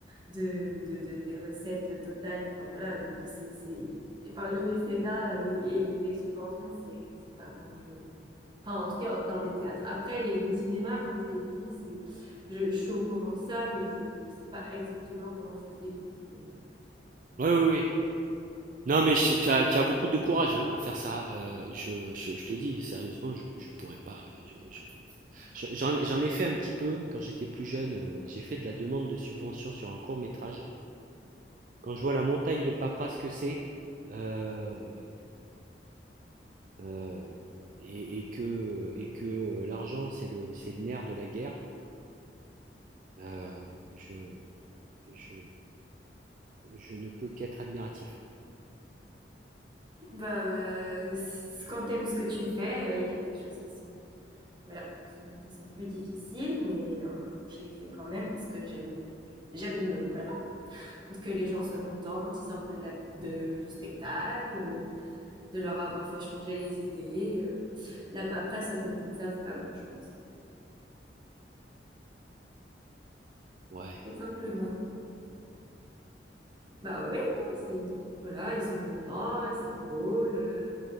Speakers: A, on the right; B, on the right.
A: de, de, de, des recettes totales. Enfin voilà, donc c'est, c'est, enfin le mécénat et, et les subventions, c'est, c'est pas grand chose. Hein. Enfin, en tout cas, dans les théâtres. Après, les, le cinéma, comme je t'ai dit, c'est, je, je suis au courant de ça, mais je, je sais pas exactement comment ça se découpe. Donc, euh,
B: Ouais, oui, oui. Non, mais je tu as tu as beaucoup de courage, hein, à faire ça, heu, je je je te dis sérieusement, je je pourrais pas, je je je j'en j'en ai fait un petit peu quand j'étais plus jeune, heu, j'ai fait de la demande de subvention sur un court-métrage. Quand je vois la montagne de paperasse que c'est, heu heu et et que et que, l'argent, c'est le c'est le nerf de la guerre, Heu, je je je ne peux qu'être admiratif.
A: bah, quand t'aimes ce que tu fais, il euh, y a des choses qui sont, voilà, qui, qui sont plus difficiles, mais euh, je les fais quand même parce que j'aime, j'aime, euh, voilà. que les gens soient contents quand ils sortent de la, de, du spectacle, euh, de leur avoir fait changer les idées. euh. La paperasse à côté de ça, c'est pas grand-chose.
B: Ouais,
A: Tout simplement. Bah oui, hein, c'est voilà, ils sont contents, c'est drôle. Euh,